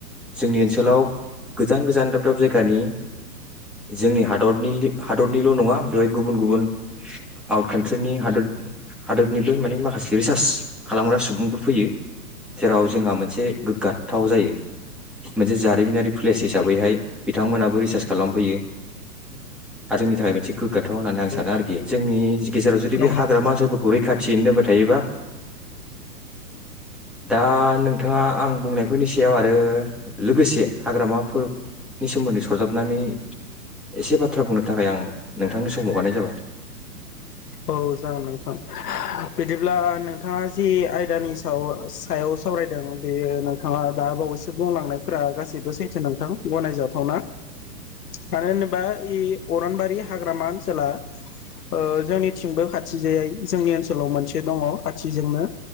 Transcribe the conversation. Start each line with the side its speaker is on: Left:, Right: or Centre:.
Centre: जोंनि ओनसोलाव गोजान गोजान दाब दाब जायगानि जोंनि हादरनि हादरनिल' नङा बेवहाय गुबुन गुबुन आउट कान्ट्रिनि हादोद हादोदनिबो माने माखासे रिसार्च खालामग्रा सुबुंफोर फैयो जेराव जोंहा मोनसे गोग्गाथाव जायो । मोनसे जारिमिनारि प्लेस हिसाबैहाय
Left: औ
Centre: बिथांमोनाबो रिसार्च खालामफैयो हारिनि थाखाय मोनसे गोग्गाथाव होननानै आं सानो
Left: औ
Centre: आरोखि जोंनि जि गेजेराव जुदि
Left: नंगौ
Centre: बे
Left: नंगौ
Centre: हाग्रामा ओनसोलफोरखौ रैखाथियैनो दोनबाय थायोबा । दा नोंथाङा आं बुंनायफोरनि सायाव आरो लोगोसे हाग्रामाफोरनि सोमोन्दै सरजाबनानै एसे बाथ्रा बुंनो थाखाय आं नोंथांनो सम हगारनाय जाबाय।
Left: औ जागोन नोंथां बिदिब्ला नोंथाङा जि आयदानि साव सायाव सावरायदों बेयो नोंथाङा दा बावैसो बुंलांनायफोरा गासै बो सैथो नोंथां गनाय जाथा वना मानो होनोबा इ अरनबारि हाग्रामा ओनसोला ओ जोंनि थिंबो खाथि जायै जोंनि ओनसोलाव मोनसे दङ खाथिजोंनो